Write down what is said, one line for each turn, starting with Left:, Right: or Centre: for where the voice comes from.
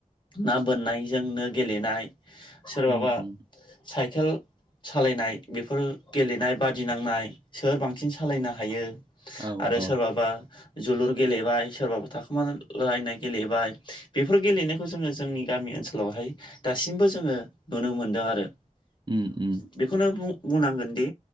Left: ना बोननायजोंनो गेलेनाय सोरबाबा
Right: उम उम
Left: साइकेल सालायनाय बेफोर गेलेनाय बादिनांनाय सोर बांसिन सालायनो हायो।
Right: औ
Left: आरो
Right: औ
Left: सोरबाबा जोलुर गेलेबाय सोरबाबा थाखोमालायनाय गेलेबाय। बेफोर गेलेनायखौ जोङो जोंनि गामि ओनसोलावहाय दासिमबो जोङो नुनो मोनदों आरो। ओ
Right: उम उम
Left: जोङो बेखौनो बुंनांगोन दि